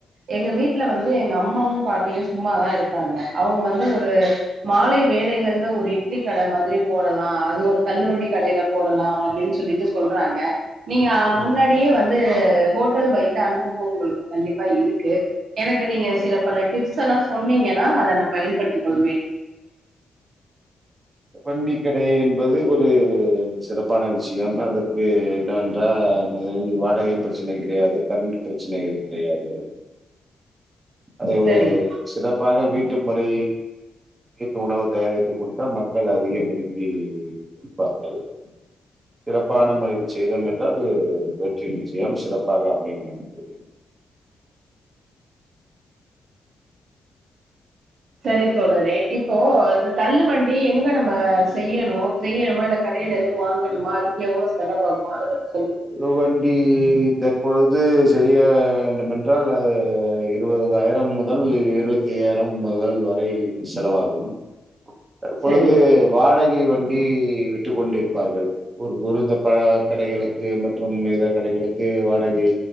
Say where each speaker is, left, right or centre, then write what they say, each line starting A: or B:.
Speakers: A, on the right; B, on the right.
A: எங்க வீட்ல வந்து எங்க அம்மாவு பாட்டியு சும்மாதா இருக்காங்க அவுங்க வந்து ஒரு மாலை வேலைகள்ல ஒரு இட்லி கட மாதிரி போடலா அது ஒரு தள்ளு வண்டி கடைல போடலா அப்டின் சொல்லிட்டு சொல்றாங்க நீங்க அ முன்னாடியே
B: ம்.
A: வந்து து ஹோட்டல் வை த்த அனுபவோ உங்களுக்கு கண்டிப்பா இருக்கு எனக்கு நீங்க சில பல டிப்ஸல்லா சொன்னீங்கனா அத நா பயன்படுத்திக் கொள்வே
B: வண்டிகட என்பது ஒரு சிறப்பான விஷயம் அதற்கு என்னவென்றால் முதலில் வாடகை பிரச்சனை கிடையாது கரண்ட் பிரச்சனைகள் கிடையாது அது ஒரு
A: சரிங்க
B: சிறப்பாக வீட் ட்டு முறை வீட்டு உணவு தயாரித்து குடுத்தா மக்கள் அதிகம் விரும்பி உண்பார்கள் சிறப்பான முறையில் செய்தோம் என்றால் வெற்றி நிச்சயம் சிறப்பாக அமையும் தோழி
A: சரித்தோழரே இப்போ இந்த தள்ளு வண்டி எங்க நம்ம செய்யணு செய்யணுமா இல்ல கடையில எதுவு வாங்கணுமா அதுக்கு எவ்ளோ செலவாகும் அத பத்தி சொல்லு
B: தள்ளுவண்டி தற்பொழுது செய்ய வேண்டுமென்றால் இருபது ஆயிரம் முதல் இருவத்தி ஐயாயிரம் முதல் வரை செலவாகும் தற்பொழுது
A: சரி.
B: வாடகை வண்டி விட்டுக் கொண்டிருப்பார்கள் ஒரு <unintelligible> கடைகளுக்கு மற்றும் இதர கடைகளுக்கு வாடகை